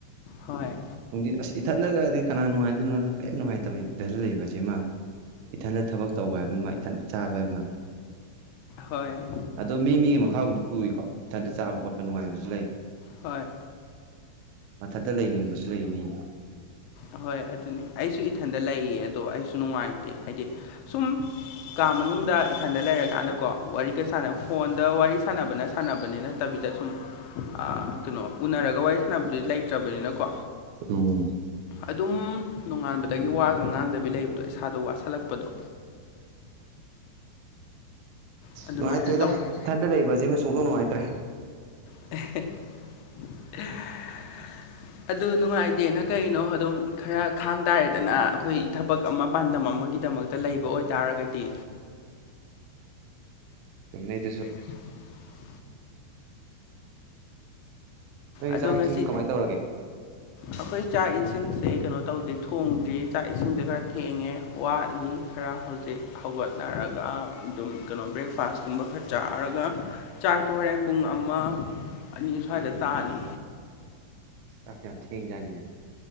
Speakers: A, on the left (about 85°); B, on the right (about 85°).
A: ꯍꯣꯏ
B: ꯅꯨꯡꯊꯤꯟ ꯑꯁ ꯏꯊꯟꯗ ꯈꯗꯤ ꯀꯅꯥ ꯅꯨꯡꯉꯥꯏꯗꯣꯏꯅꯣ ꯀꯩꯝ ꯅꯨꯡꯉꯥꯏꯇꯕꯅꯤ ꯏꯊꯟ ꯂꯩꯕꯁꯤꯃ ꯏꯊꯟꯇ ꯊꯕꯛ ꯇꯧꯕ ꯍꯥꯏꯕ ꯑꯃ ꯏꯊꯟ ꯆꯥꯕ ꯑꯃ
A: ꯍꯣꯏ
B: ꯑꯗꯣ ꯃꯤ ꯃꯤꯒꯤ ꯃꯈꯥꯕꯨꯗꯤ ꯄꯨꯔꯤꯀꯣ ꯏꯊꯟꯇ ꯆꯥꯕ ꯈꯣꯠꯄ ꯅꯨꯡꯉꯥꯏꯕꯁꯨ ꯂꯩ
A: ꯍꯣꯏ
B: ꯃꯊꯟꯇ ꯂꯩꯅꯤꯡꯕꯁꯨ ꯂꯩ ꯃꯤ
A: ꯑꯍꯣꯏ ꯑꯗꯨꯅꯤ ꯑꯩꯁꯨ ꯏꯊꯟꯗ ꯂꯩꯌꯦ ꯑꯗꯣ ꯑꯩꯁꯨ ꯅꯨꯡꯉꯥꯏꯇꯦ ꯍꯥꯏꯗꯤ ꯁꯨꯝ ꯀꯥ ꯃꯅꯨꯡꯗ ꯏꯊꯟꯗ ꯂꯩꯔꯀꯥꯟꯗꯀꯣ ꯋꯥꯔꯤꯒ ꯁꯥꯟꯅ ꯐꯣꯟꯗ ꯋꯥꯔꯤ ꯁꯥꯟꯅꯕꯅ ꯁꯥꯟꯅꯕꯅꯤꯅ ꯅꯠꯇꯕꯤꯗ ꯁꯨꯝ ꯑꯥ ꯀꯩꯅꯣ ꯎꯅꯔꯒ ꯋꯥꯔꯤ ꯁꯥꯟꯅꯕꯗꯨꯗꯤ ꯂꯩꯇ꯭ꯔꯕꯅꯤꯅꯀꯣ
B: ꯑꯗꯨ
A: ꯑꯗꯨꯝ ꯅꯣꯡꯉꯥꯟꯕꯗꯒꯤ ꯋꯥꯒ ꯉꯥꯡꯗꯕꯤ ꯂꯩꯕꯗꯣ ꯏꯁꯥꯗꯣ ꯋꯥꯁꯜꯂꯛꯄꯗꯣ ꯑꯗꯨꯃꯥꯏꯅ
B: ꯅꯨꯡꯉꯥꯏꯇ꯭ꯔꯦꯗ
A: ꯇꯧꯈ꯭ꯔꯦ
B: ꯏꯊꯟꯗ ꯂꯩꯕꯁꯤꯃ ꯁꯨꯡꯅꯨꯡ ꯅꯨꯡꯉꯥꯏꯇ꯭ꯔꯦ
A: <unintelligible>
B: <inaudible>
A: ꯑꯗꯨ ꯅꯨꯡꯉꯥꯏꯇꯦꯅ ꯀꯩꯅꯣ ꯑꯗꯨꯝ ꯈꯔ ꯈꯥꯡ ꯇꯥꯔꯦꯗꯅ ꯑꯩꯈꯣꯏ ꯊꯕꯛ ꯑꯃ ꯄꯥꯟꯗꯝ ꯑꯃꯒꯤꯗꯃꯛꯇ ꯇ ꯂꯩꯕ ꯑꯣꯏꯇꯥꯔꯒꯗꯤ
B: ꯆꯝꯃꯦ ꯑꯗꯨꯁꯨ
A: <inaudible>
B: ꯅꯣꯏ
A: ꯑꯗꯣ
B: ꯆꯥꯛ
A: ꯉꯁꯤ
B: ꯏꯁꯤꯡ ꯀꯃꯥꯏꯅ ꯇꯧꯔꯒꯦ
A: ꯑꯩꯈꯣꯏ ꯆꯥꯛ ꯏꯁꯤꯡꯁꯦ ꯀꯩꯅꯣ ꯇꯧꯗꯦ ꯊꯣꯡꯗ꯭ꯔꯤ ꯆꯥꯛ ꯏꯁꯤꯡꯁꯦ ꯈꯔ ꯊꯦꯡꯉꯦ ꯋꯥꯠꯂꯤ ꯈꯔ ꯍꯧꯖꯤꯛ ꯍꯧꯒꯠꯅꯔꯒ ꯑꯗꯨꯝ ꯀꯩꯅꯣ ꯕ꯭ꯔꯦꯛꯐꯥꯁ ꯒꯨꯝꯕ ꯈꯔ ꯆꯥꯔꯒ ꯆꯥꯛꯇꯣ ꯍꯣꯔꯦꯟ ꯄꯨꯡ ꯑꯃ ꯑꯅꯤ ꯁ꯭ꯋꯥꯏꯗ ꯇꯥꯅꯤ
B: ꯆꯥꯛꯇꯣ ꯌꯥꯝ ꯊꯦꯡꯉꯤꯖꯥꯠꯅꯤꯅꯦ